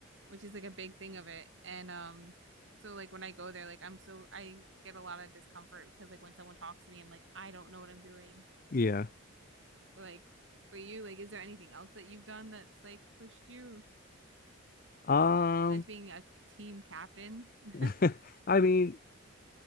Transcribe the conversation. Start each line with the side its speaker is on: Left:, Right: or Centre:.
Right: which is like a big thing of it. And um, so like when I go there, like I'm so I get a lot of discomfort because like when someone talks to me, I'm like I don't know what I'm doing.
Left: Yeah.
Right: But like for you, like is there anything else that you've done that's like pushed you
Left: Um
Right: besides being a team captain?
Left: <laughs>
Right: <laughs>
Left: I mean,